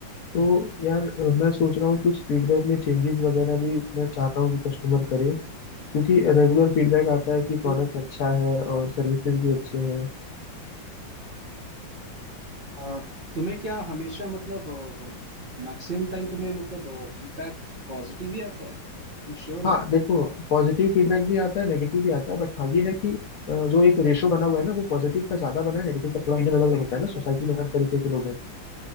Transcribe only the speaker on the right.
कि,
अ, तुम्हें क्या हमेशा मतलब मैक्सिमम टाइम तुम्हें मतलब फीडबैक पॉजिटिव ही आता है तुम श्योर हो
नेगेटिव